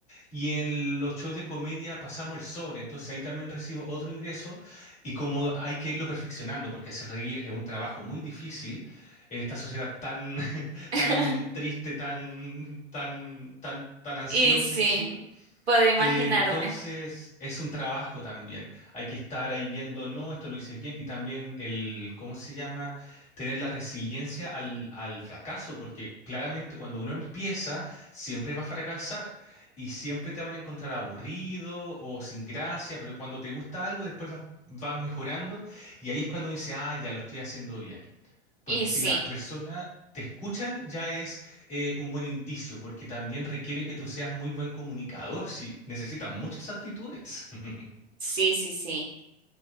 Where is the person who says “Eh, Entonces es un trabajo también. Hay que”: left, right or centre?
Left